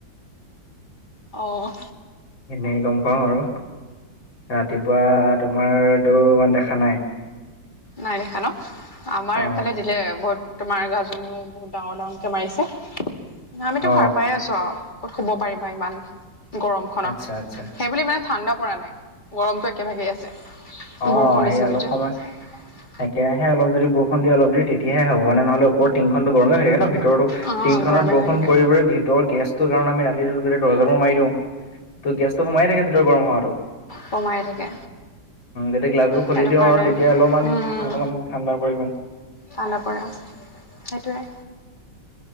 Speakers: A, on the left; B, on the left.
A: অ'।
B: এনেই গম পাওঁ আৰু। ৰাতিপুৱা তোমাৰতো ইমান দেখা নাই।
A: নাই দেখা ন? আমাৰ
B: অ
A: এইফালে দিলে, বহুত তোমাৰ গাজনিও বহুত ডাঙৰ ডাঙৰকে মাৰিছে। আমিতো
B: অ',
A: সাৰপাই আছো আৰু, ক'ত শুব পাৰিবা ইমান গৰমখনত।
B: আচ্ছা আচ্ছা
A: সেইবুলি ইমান ঠাণ্ডা পৰা নাই, গৰমটো একেভাগেই আছে।
B: অ',
A: বৰষুণ
B: সেই
A: দিছে
B: অলপ
A: যে।
B: সময়
A: <inaudible>
B: একেৰাহে অলপ যদি বৰষুণ দিয়ে অলপ দেৰি তেতিয়াহে হব মানে নহলে ওপৰত টিংখনটো গৰমে হৈ থাকে ন ভিতৰতো
A: অ',
B: টিংখনত
A: গৰমে
B: বৰষুণ
A: হৈ থাকে।
B: পৰি পৰি ভিতৰৰ গেছটো কাৰণ আমি ৰাতিটোত গোটেই দৰ্জাবোৰ মাৰি দিওঁ। তো গেছটো সোমাই থাকে ভিতৰত গৰম হাৱাটো।
A: কমাই থাকে।
B: যদি গিলাছবোৰ খুলি
A: সেইটো
B: দিওঁ
A: কাৰণে
B: আৰু তেতিয়া অলপমান
A: উম,
B: অকণমান ঠাণ্ডা পৰিব।
A: ঠাণ্ডা পৰা, সেইটোৱে।